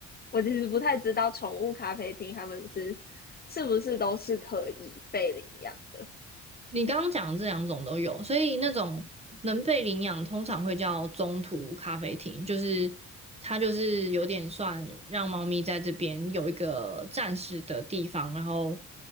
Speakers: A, on the left; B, on the right.
A: 我其实不太知道宠物咖啡厅他们是是不是都是可以被领养的。
B: 你刚刚讲的这两种都有，所以那种能被领养通常会叫中途咖啡厅，就是它就是有点算让猫咪在这边有一个暂时的地方，然后